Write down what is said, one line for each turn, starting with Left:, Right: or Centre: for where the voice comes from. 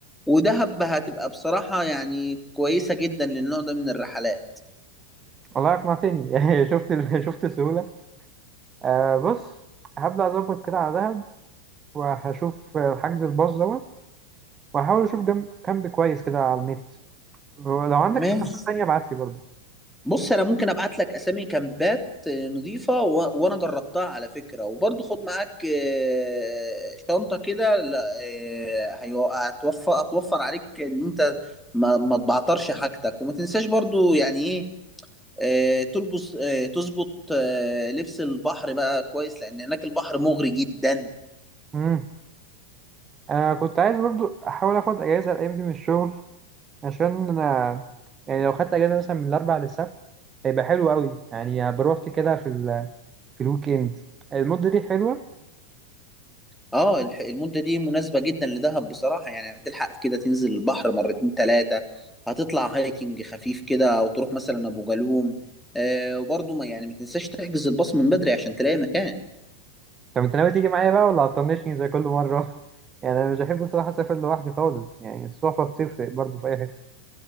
Centre: ودهب هتبقى بصراحة يعني كويسة جدا للنوع ده من الرحلات
Right: الله يقنع تاني <laughs> شفت ال- شفت السهولة آه بص هبدأ أظبط كده على دهب وهشوف حجز الباص دوت وهحاول اشوف جنب كامب كويس كده على النت ولو عندك
Centre: ماشي
Right: اقتراحات تانية ابعت لي برضو
Centre: بص انا ممكن ابعت لك اسامي كامبات آه، نظيفه و... وانا جربتها على فكره وبرضه خد معاك آه، شنطه كده لا، آه، هيو- هتوفر هتوفر عليك ان انت ما, ما تبعترش حاجتك وما تنساش برضه يعني ايه آه، تلبس آه، تظبط آه، لبس البحر بقى كويس لان هناك البحر مغري جدا
Right: امم آه كنت عايز برضو احاول اخد اجازة الايام دي من الشغل عشان انا يعني لو خدت اجازة مثلا من الاربع للسبت هيبقى حلو قوي يعني بروحت كده في ال... في الويك اند المدة دي حلوة
Centre: اه الح- المدة دي مناسبة جدا لدهب بصراحة يعني هتلحق كده تنزل البحر مرتين تلاتة هتطلع هايكنج خفيف كده او تروح مثلا ابو جالوم آه وبرضه ما يعني ما تنساش تحجز الباص من بدري عشان تلاقي مكان
Right: طب انت ناوي تيجي معايا بقى ولا هتطنشني زي كل مرة <laughs> يعني انا مش بحب الصراحة اسافر لوحدي خالص يعني الصحبة بتفرق برضو في اي حتة